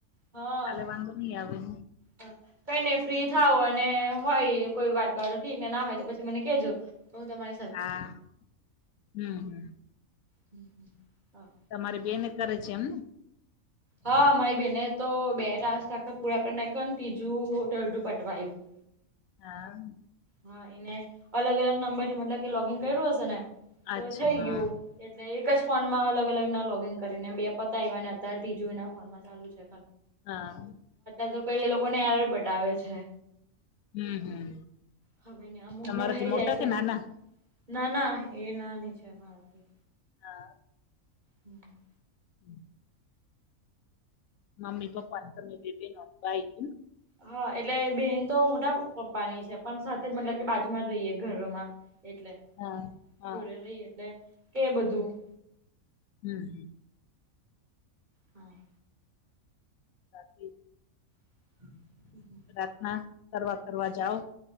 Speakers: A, on the right (about 30°); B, on the left (about 80°).
A: હા.
B: કાલે વાંધો ની આવે ન.
A: હ કઈ નઈ ફ્રી થાવ અને હોય ઈ ને કોઈ વાર ઠીક ને ના હોય તો પછી મને કેજો. તો તમા
B: હા હમ્મ હમ્મ.
A: હમ્મ હમ્મ હા. <unintelligible>
B: તમારી બેને કરે છે. એમને -
A: હા અમારી બેને તો બે ટાસ્ક આખા પૂરા કરી નાખ્યો ને ત્રીજું ટરડું પટવાયું- <inaudible>
B: હા
A: હા એને અલગ અલગ નંબરથી મતલબ કે લોગિન કર્યું હશે ને તો
B: અચ્છા
A: થઈ
B: હા
A: ગયું. એટલે એક જ ફોનમાં અલગ અલગ ના લોગિન કરીને બે પતાવ્યા ને અત્યારે ત્રીજું એના ફોનમાં ચાલુ છે.
B: હા
A: <unintelligible> તો કઈ એ લોકોને બતાવે છે.
B: હમ્મ હમ્મ
A: હવે ને અમુક
B: તમારાથી
A: નું થઈ જાય
B: મોટા
A: છે
B: કે નાના.
A: ના ના એ નાની છે મારથી.
B: હા.
A: હમ્મ.
B: <inaudible> મમ્મી પપ્પા તમે બે બેનો ભાઈ હે એમ.
A: હા એટલે બેન તો મોટા પપ્પાની છે પણ સાથે જ મતલબ કે બાજૂ માં રહીએ ઘરમાં. એટલે
B: હા હા
A: જોડે રહી એટલે કે બધું-
B: હમ્મ હ
A: હા.
B: બાકી
A: <inaudible>
B: પ્રાર્થના કરવા કરવા જાવ.